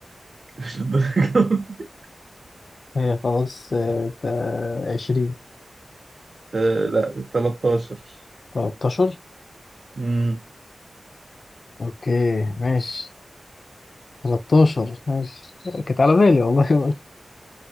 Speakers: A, on the right; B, on the left.
A: مش للدرجة دي.
B: هي خلاص آه، تا- عشرين
A: آه، لا 13
B: تلاتاشر
A: امم
B: اوكي ماشي تلاتاشر ماشي كانت على بالي والله <laughs>